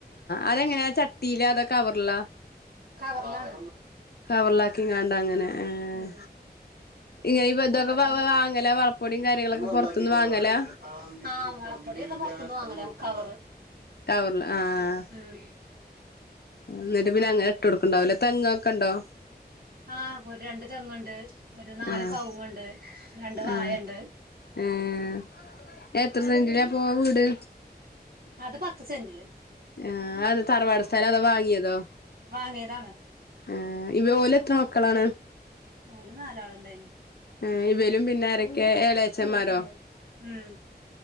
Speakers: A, on the left; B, on the right.
A: അതെങ്ങനെ ചട്ടീലോ അതൊ കവർലോ
B: കവർലാണ്
A: കവറിലാക്കിങ്ങാണ്ട് അങ്ങനെ ഏഹ്
B: ഉം
A: ഇങ്ങനെ ഇതൊക്കെ
B: അതെ
A: വാങ്ങലാ
B: ആ
A: വളപ്പൊടിയും കാര്യങ്ങളൊക്കെ
B: വള
A: പൊറത്ത്ന്ന് വാങ്ങലാ
B: പോടി ഒക്ക പൊർത്ത്ന്ന് വാങ്ങല കവറ്
A: കവർല് ആഹ്
B: ഉം
A: ന്നട്ട് പിന്നെ അങ്ങനെ ഇട്ട് കൊട്ക്ക്ണ്ടാവൂലേ തേങ്ങോക്ക ഇണ്ടോ
B: ആഹ് ഒരു രണ്ട് തെങ്ണ്ട് ഒരു നാല്
A: ആഹ്
B: കവ്ങ്ണ്ട് രണ്ട് വായ
A: ആഹ്
B: ഇണ്ട്
A: ഏഹ് എത്ര സെന്റിലാ പ്പൊ വീട്
B: അത് പത്ത് സെന്റില്
A: ആ അത് തറവാട് സ്ഥലോ അതോ വാങ്ങിയതോ
B: വാങ്ങിയതാണ്
A: ആഹ് ഇവ ഓലെത്ര മക്കളാണ്
B: ഓല് നാലാള്ണ്ടയ്‌നി
A: ഏ ഇവലും പിന്നെ ആരെക്കെ എലയച്ചന്മാരോ
B: ഉം